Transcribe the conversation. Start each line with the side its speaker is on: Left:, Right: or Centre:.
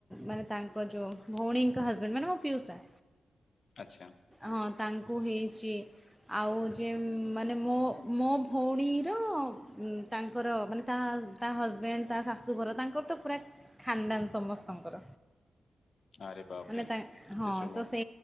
Centre: ମାନେ ତାଙ୍କ ଯୋଉ ଭଉଣୀଙ୍କ ହଜବେଣ୍ଡ ମାନେ ମୋ ପିଉସା।
Left: ଆଚ୍ଛା
Centre: ହଁ ତାଙ୍କୁ ହେଇଛି। ଆଉ ଯେ ମାନେ ମୋ ମୋ ଭଉଣୀର ତାଙ୍କର ମାନେ ତାହା ତା ହଜବେଣ୍ଡ୍ ତା ଶାଶୁଘର ତାଙ୍କର ତ ପୁରା ଖାନଦାନ ସମସ୍ତଙ୍କର।
Left: ଆରେ ବାପରେ
Centre: ମାନେ ତା
Left: ଏତେ
Centre: ହଁ
Left: ସବୁ
Centre: ତ ସେ